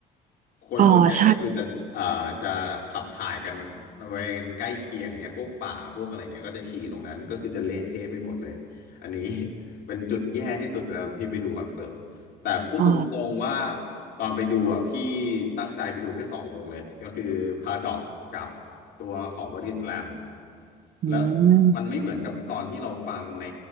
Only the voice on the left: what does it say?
คนส่วนใหญ่ก็คือจะเอ่อจะขับถ่ายกันบริเวณใกล้เคียงเนี้ยพวกป่า
พวกอะไรเงี้ยก็จะฉี่ตรงนั้น ก็คือจะเละเทะไปหมดเลย อันนี้ <laughs> เป็นจุดแย่ที่สุดตอนที่ไปดูคอนเสิร์ต แต่พูดตรงๆว่า
ตอนไปดูอ่ะพี่ตั้งใจไปดูแค่สองวงเลย ก็คือ Paradox กับตัวของ Body Slam
แล้วมันไม่เหมือนกับตอนที่เราฟังใน